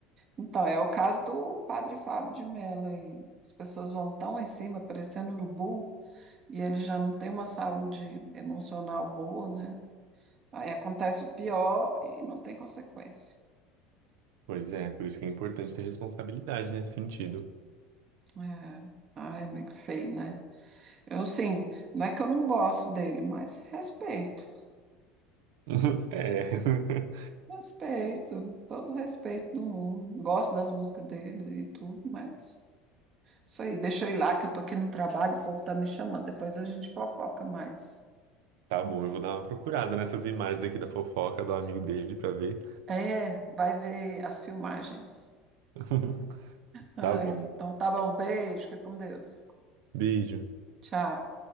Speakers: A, on the right (about 45°); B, on the right (about 70°).
A: Então, é o caso do padre Fábio de Mello. aí. As pessoas vão tão em cima, parecendo urubu, e ele já não tem uma saúde emocional boa, né? Aí acontece o pior e não tem consequência.
B: Pois é, por isso que é importante ter responsabilidade nesse sentido.
A: É. Ai, amigo feio, né? Eu, sim, não é que eu não gosto dele, mas respeito.
B: <laughs> É.
A: Respeito, todo o respeito do mundo. Gosto das músicas dele e tudo, mas isso aí, deixa eu ir lá que eu tô aqui no trabalho, o povo tá me chamando. Depois a gente fofoca mais.
B: Tá bom, eu vou dar uma procurada nessas imagens aqui da fofoca do amigo dele pra ver.
A: É, vai ver as filmagens.
B: <laughs>
A: Ai,
B: Tá bom.
A: então tá bom, beijo, fica com Deus.
B: Beijo.
A: Tchau.